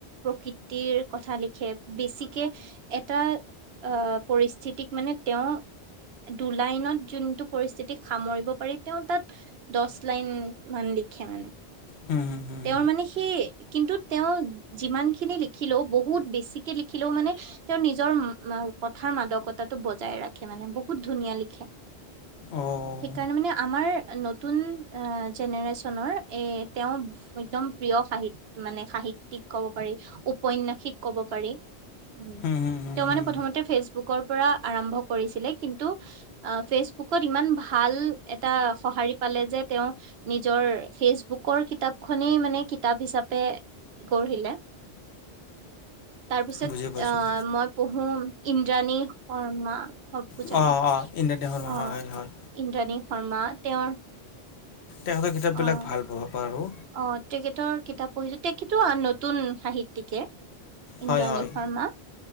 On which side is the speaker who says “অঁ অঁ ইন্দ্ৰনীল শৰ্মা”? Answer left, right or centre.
Left